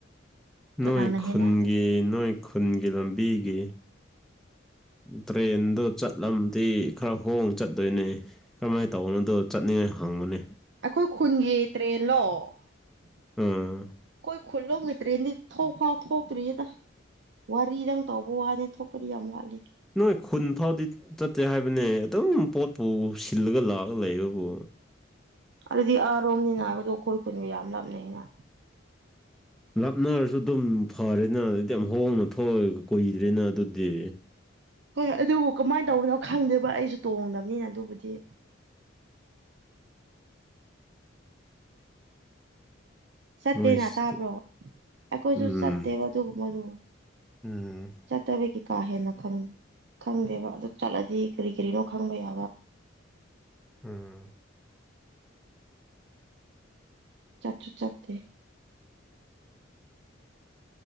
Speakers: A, on the right; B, in the centre.
A: ꯀꯅꯥꯅ
B: ꯅꯣꯏ ꯈꯨꯟꯒꯤ
A: ꯍꯦꯟꯅ
B: ꯅꯣꯏ ꯈꯨꯟꯒꯤ ꯂꯝꯕꯤꯒꯤ꯫ ꯇ꯭ꯔꯦꯟꯗꯣ ꯆꯠꯂꯝꯗꯤ ꯈꯔ ꯍꯣꯡ ꯆꯠꯇꯣꯏꯅꯦ꯫ ꯀꯔꯝꯃꯥꯏꯅ ꯇꯧꯕꯅꯣꯗꯣ ꯆꯠꯅꯤꯡꯉꯥꯏ ꯍꯪꯕꯅꯦ꯫
A: ꯑꯩꯈꯣꯏ ꯈꯨꯟꯒꯤ ꯇ꯭ꯔꯦꯟꯂꯣ꯫ ꯑꯩꯈꯣꯏ
B: ꯑꯥ
A: ꯈꯨꯜꯂꯣꯝꯒꯤ ꯇ꯭ꯔꯦꯟꯗꯤ ꯊꯣꯛ ꯐꯥꯎ ꯊꯣꯛ ꯇ꯭ꯔꯤꯑꯦꯗ꯫ ꯋꯥꯔꯤꯗꯪ ꯇꯧꯕ ꯋꯥꯅꯤ ꯊꯣꯛꯄꯗꯤ ꯌꯥꯝ ꯋꯥꯠꯂꯤ꯫
B: ꯅꯣꯏ ꯈꯨꯟ ꯐꯥꯎꯗꯤ ꯆꯠꯇꯦ ꯍꯥꯏꯕꯅꯦ ꯑꯗꯨꯝ ꯄꯣꯠꯄꯨ ꯁꯤꯜꯂꯒ ꯂꯥꯛꯑꯒ ꯂꯩꯕꯕꯨ꯫
A: ꯑꯗꯨꯗꯤ ꯑꯥꯔꯣꯝꯅꯤꯅ ꯅꯥꯕꯗꯣ ꯑꯩꯈꯣꯏ ꯀꯨꯟꯒ ꯌꯥꯝ ꯂꯥꯞꯅꯩꯩꯅ꯫
B: ꯂꯥꯞꯅꯔꯁꯨ ꯑꯗꯨꯝ ꯐꯔꯦꯅ ꯑꯩꯗꯤ ꯌꯥꯝ ꯍꯣꯡꯅꯪꯊꯣꯛꯑꯒ ꯀꯨꯏꯗ꯭ꯔꯦꯅ ꯑꯗꯨꯗꯤ꯫
A: ꯍꯣꯏ ꯑꯗꯨꯕꯨ ꯀꯃꯥꯏꯅ ꯇꯧꯕꯅꯣ ꯈꯪꯗꯦꯕ ꯑꯩꯁꯨ ꯇꯣꯡꯗꯕꯅꯤꯅ ꯑꯗꯨꯕꯨꯗꯤ꯫ ꯆꯠꯇꯦꯅ
B: ꯅꯣꯏꯁꯤꯗꯤ
A: ꯇꯥꯕ꯭ꯔꯣ ꯑꯩꯈꯣꯏꯁꯨ
B: ꯎꯝ
A: ꯆꯠꯇꯦꯕ ꯑꯗꯨꯒꯨꯝꯕꯗꯨ꯫
B: ꯎꯝ
A: ꯆꯠꯇꯕꯒꯤ ꯀꯥ ꯍꯦꯟꯅ ꯈꯪꯗꯦ ꯈꯪꯗꯦꯕ ꯑꯗꯨ ꯆꯠꯂꯗꯤ ꯀꯔꯤ ꯀꯔꯤꯅꯣ ꯈꯪꯕ ꯌꯥꯕ꯫
B: ꯎꯝ꯫
A: ꯆꯥꯠꯨ ꯆꯠꯇꯦ꯫